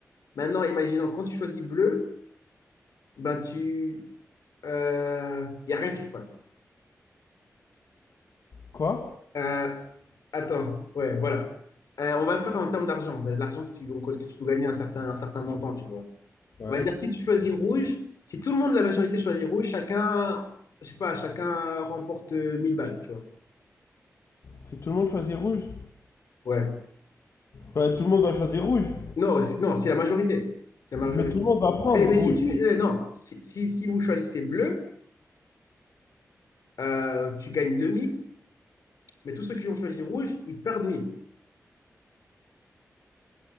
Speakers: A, on the left; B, on the left.
A: Maintenant, imaginons quand tu choisis bleu, ben tu, euh, il y a rien qui se passe.
B: Quoi?
A: Euh, attends, ouais, voilà. Euh, on va faire en termes d'argent, de l'argent que tu que tu peux gagner un certain un certain montant, tu vois.
B: Ouais.
A: On va dire si tu choisis rouge, si tout le monde de la majorité choisit rouge, chacun, je sais pas, chacun remporte euh, 1000 balles, tu vois.
B: Si tout le monde choisit rouge,
A: Ouais.
B: bah, tout le monde va choisir rouge.
A: Non, c'est- non, c'est la majorité. C'est la majorité.
B: Mais tout le monde va prendre
A: Mais, mais
B: rouge.
A: si tu. euh, non, si, si, si vous choisissez bleu, euh, tu gagnes 2000, mais tous ceux qui ont choisi rouge, ils perdent 1000.